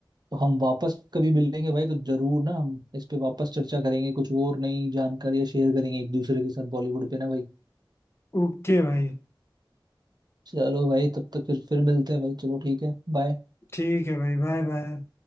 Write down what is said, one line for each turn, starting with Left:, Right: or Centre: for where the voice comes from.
Right: तो हम वापस कभी मिलेंगे भाई तो जरूर ना हम इस पे वापस चर्चा करेंगे कुछ और नई जानकारियां शेयर करेंगे एक दूसरे के साथ बॉलीवुड पे ना भाई
Left: ओके भाई
Right: चलो भाई तब तक फिर फिर मिलते हैं भाई चलो ठीक है बाय
Left: ठीक है भाई बाय बाय